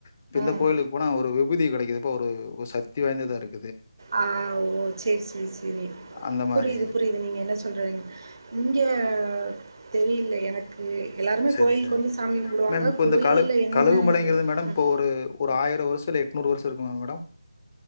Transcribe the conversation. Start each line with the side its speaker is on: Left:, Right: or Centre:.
Left: இப்ப இந்த
Right: ம்
Left: கோயிலுக் போனா ஒரு விபுதி கிடைக்கக்குதுபா ஒரு சத்தி வாய்ந்ததா இருக்
Right: ஆ ஓ சேர் சேரி சேரி
Left: அந்த மாரி
Right: புரியுது புரியுது நீங்க என்ன சொல்றீங் இங்கே தெரியல எனக்கு எல்லாருமே
Left: சரி
Right: கோயிலுக்கு
Left: சரி
Right: வந்து சாமி கும்பிடுவாங்க
Left: மேம் இப்போ
Right: கோயில்ல
Left: இந்த கழு
Right: என்ன
Left: கழுகுமலைங்கிறது
Right: இது
Left: மேடம்
Right: ம்.
Left: இப்போ ஒரு ஒரு ஆயிர வருஷ இல்ல எட்நூறு வருஷ இருக்குமே மேடம்